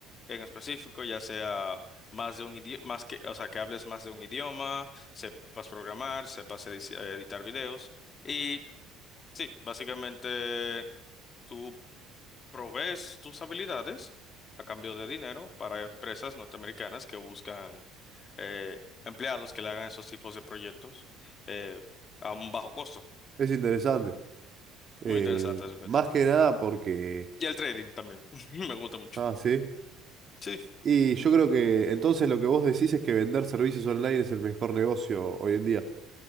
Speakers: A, on the left (about 40°); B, on the right (about 40°).
A: en específico, ya sea más de un idioma, más que, o sea, que hables más de un idioma, sepas programar, sepas edici- editar videos. Y sí, básicamente tú provees tus habilidades a cambio de dinero para empresas norteamericanas que buscan eh, empleados que le hagan esos tipos de proyectos eh, a un bajo costo.
B: es interesante. Eh,
A: Muy interesante realmente.
B: más que nada porque...
A: Y el trading también, <laughs> me gusta mucho.
B: Ah, sí.
A: Sí.
B: Y yo creo que entonces lo que vos decís es que vender servicios online es el mejor negocio hoy en día.